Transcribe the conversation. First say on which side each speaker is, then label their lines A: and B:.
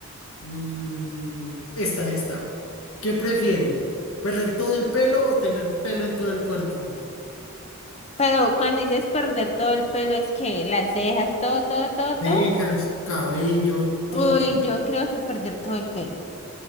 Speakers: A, on the left; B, on the left.
A: Mm, esta, esta. ¿Qué prefiere? ¿Perder todo el pelo o tener pelo en todo el cuerpo?
B: Pero cuando dices perder todo el pelo, es que las cejas, todo, todo, todo, todo.
A: Dejas, cabello, todo.
B: Uy, yo creo que perder todo el pelo.